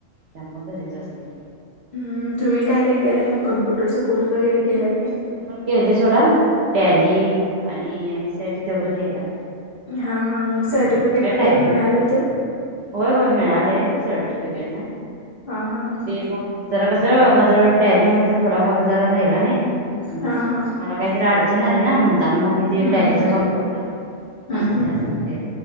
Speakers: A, on the right (about 65°); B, on the left (about 55°).
A: त्यामुळे घरीच असते.
B: हम्म तुम्ही काय काय केलंय मग कम्प्युटरचा कोर्स वगैरे केलाय. काय?
A: मी पण केले सोडा टॅली आणि एम एस सी साठी तेवढं केलाय.
B: हा हा मग सर्टिफिकेट वगैरे
A: टायपिंग
B: मिळालं ते.
A: होय होय मिळालय सर्टिफिकेट
B: हा हा हा
A: ते मग जरा कस माझ टॅली मधला थोडा भाग जरा राहिला नाही म्हणजे
B: हा हा.
A: मला काहीतरी अडचण आली ना म्हण आता ना मम्मी ते
B: हम्म
A: टॅलीचा
B: हम्म
A: भाग सोडला
B: हम्म
A: असं
B: हम्म
A: झालं ते